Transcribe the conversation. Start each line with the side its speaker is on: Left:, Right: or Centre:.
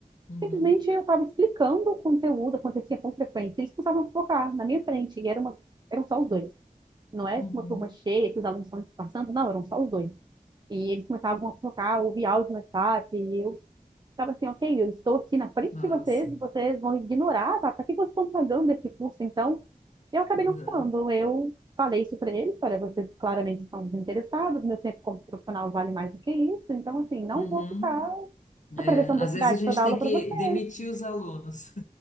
Left: Uhum,
Right: simplesmente eu estava explicando o conteúdo, acontecia com frequência, eles começavam a focar na minha frente, e era uma, eram só os dois. Não é
Left: uhum.
Right: uma turma cheia que os alunos estão disfarçando, não, eram só os dois. E eles começavam a focar, ouvir áudio no WhatsApp, e eu ficava assim, ok, eu estou aqui na frente
Left: Nossa.
Right: de vocês, e vocês vão ignorar, tá? Pra que vocês estão pagando esse curso, então? eu acabei
Left: Uhum,
Right: não falando, eu falei isso para eles, olha, vocês claramente estão desinteressados, meu tempo como profissional vale mais do que isso, então, assim, não
Left: uhum.
Right: vou ficar atravessando
Left: É, às
Right: a cidade
Left: vezes a
Right: para
Left: gente
Right: dar
Left: tem
Right: aula para
Left: que
Right: vocês,
Left: demitir os alunos.